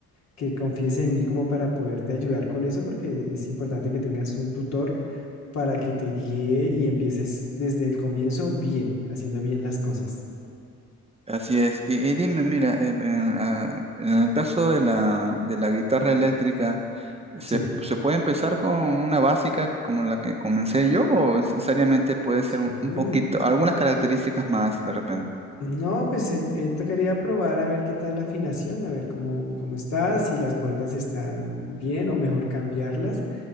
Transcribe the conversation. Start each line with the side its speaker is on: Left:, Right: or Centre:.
Left: que confíes en mí como para poderte ayudar con eso, porque es importante que tengas un tutor para que te guíe y empieces desde el comienzo bien, haciendo bien las cosas.
Right: Así es. Y, y dime, mira, eh, en, ah, en el caso de la, de la guitarra eléctrica, ¿se,
Left: Sí,
Right: se puede empezar con una básica como la que comencé yo o necesariamente puede
Left: sí.
Right: ser un, un poquito, algunas características más de repente?
Left: No, pues eh, eh, tocaría probar a ver qué tal la afinación, a ver cómo, cómo estás, si las cuerdas están bien o mejor cambiarlas.